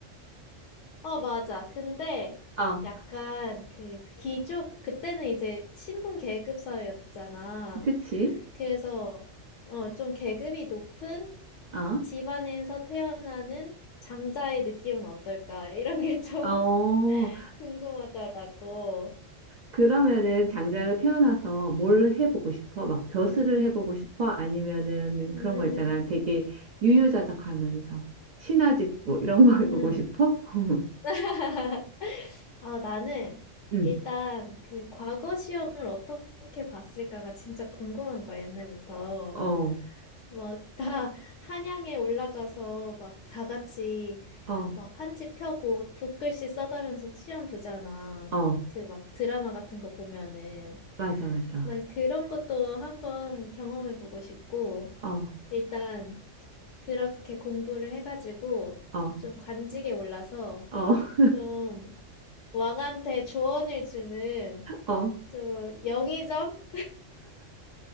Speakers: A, on the left (about 70°); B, on the right (about 60°).
A: 어, 맞아. 근데
B: 어,
A: 약간 그 귀족, 그때는 이제 신분 계급 사회였잖아.
B: 그치?
A: 그래서 어, 좀 계급이 높은
B: 어,
A: 집안에서 태어나는 장자의 느낌은 어떨까? <laughs> 이런 게 좀
B: 어.
A: <laughs> 궁금하더라고.
B: 그러면은 장자로 태어나서 뭘 해보고 싶어? 막 벼슬을
A: 음,
B: 해보고 싶어? 아니면은
A: 음,
B: 그런 거 있잖아. 되게 유유자적하면서 신화 짓고 이런
A: 음.
B: 거 <laughs> 해보고 싶어? <laughs>
A: <laughs> 아, 나는
B: 응.
A: 일단 그 과거 시험을 어떻게 봤을까가 진짜 궁금한 거야, 옛날부터.
B: 어,
A: 막 다 한양에 올라가서 막 다 같이
B: 어,
A: 막 한지 펴고 붓글씨 써가면서 시험 보잖아.
B: 어.
A: 그 막 드라마 같은 거 보면은.
B: 맞아, 맞아.
A: 난 그런 것도 한번 경험해 보고 싶고,
B: 어,
A: 일단 그렇게 공부를 해가지고
B: 어,
A: 좀 관직에 올라서
B: 어, <laughs>
A: 좀 왕한테 조언을 주는
B: 어,
A: 좀 영의정?